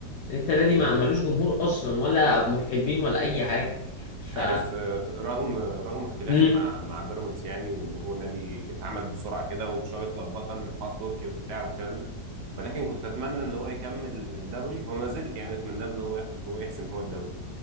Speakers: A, on the left; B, on the right.
A: انت نادي ما
B: مم.
A: ملوش جمهور اصلا ولا محبين ولا اي حاجه ف
B: عارف آه، رغم رغم اختلافي
A: امم
B: مع مع بيراميدز يعني وان هو نادي اتعمل بسرعه كده وبشويه لخبطه من حوار تركي وبتاع والكلام ده ولكن كنت اتمنى ان هو يكمل الدوري وما زلت يعني اتمنى له ان هو ياخد هو يحسم هو الدوري